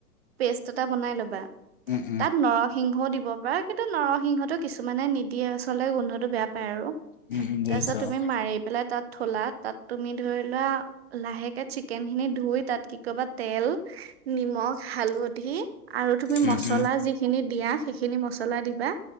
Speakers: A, on the right; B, on the left.
A: পেষ্ট এটা বনাই লবা,
B: উম, উম,
A: তাত নৰসিংহ দিব পাৰা কিন্তু নৰসিংহতো কিছুমানে নিদিয়ে আচলতে গোন্ধটো বেয়া পায় আৰু।
B: উম, উম, বুজিছো
A: তাৰপিছত তুমি
B: অ',
A: মাৰি পেলাই তাত থলা তাত তুমি ধৰি লোৱা লাহেকে চিকেন খিনি ধুই তাত কি কৰিবা তেল, নিমখ হালধি, আৰু তুমি
B: উম,
A: মছলা
B: উম,
A: যিখিনি দিয়া সেইখিনি মছলা দিবা।